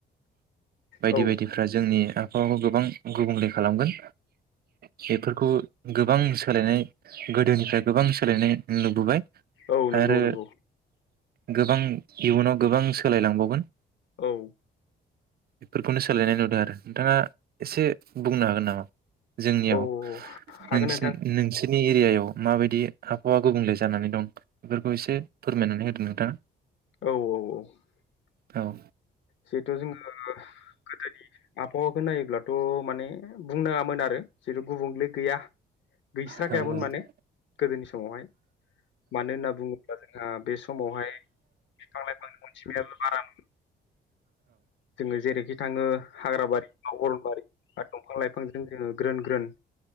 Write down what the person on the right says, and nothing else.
बायदि
बायदिफ्रा जोंनि आबहावाखौ गोबां गुबुंले खालामगोन बेफोरखौ गोबां सोलायनाय गोदोनिफ्राय गोबां सोलायनाय नुबोबाय
आरो
गोबां इयुनाव गोबां सोलायलांबावगोन
बेफोरखौनो सोलायनाय नुदों आरो नोंथाङा एसे बुंनो हागोन नामा जोंनियाव
नोंसिन
नोंसि नि एरियायाव माबायदि आबहावा गुबुंले जानानै दं बेफोरखौ एसे फोरमायनानै होदो नोंथाङा
औ
औ हागोन